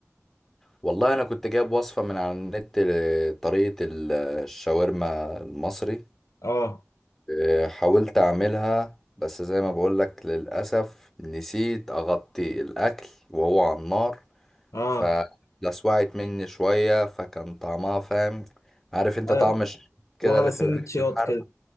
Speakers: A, in the centre; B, on the left (about 75°).
A: والله انا كنت جايب وصفه من على النت لطريقه الشاورما المصري
B: اه
A: آه، حاولت اعملها بس زي ما بقولك للأسف نسيت اغطي الاكل وهو على النار
B: اه
A: فلسوعت مني شوية فكان طعمها فاهم عارف انت
B: ايوه
A: طعم الش- كده
B: واخده
A: اللي
B: سنة
A: في الاكل
B: شياط
A: الحرق
B: كده